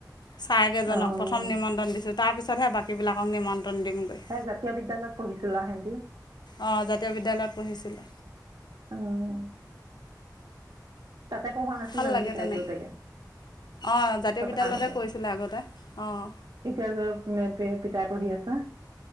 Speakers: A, on the left; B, on the right.
A: ছাৰকেইজনক
B: অঁ
A: প্ৰথম নিমন্ত্ৰণ দিছোঁ। তাৰপিছতহে বাকীবিলাকক নিমন্ত্ৰণ দিমগৈ।
B: এ জাতীয় বিদ্যালয়ত শুনিছিলা সেইটো।
A: অঁ জাতীয় বিদ্যালয়ত পঢ়িছিলে!
B: অ' তাতে পঢ়োৱা নাছিল
A: ভাল
B: জানো
A: লাগে
B: পিতাই,
A: তেনেকৈ
B: দেউতাকে,
A: অঁ জাতীয়
B: পত
A: বিদ্যালয়তে,
B: আগতে
A: কৰিছিলে। আগতে অঁ
B: এতিয়া য'ত মে পি পিতাই পঢ়ি আছে!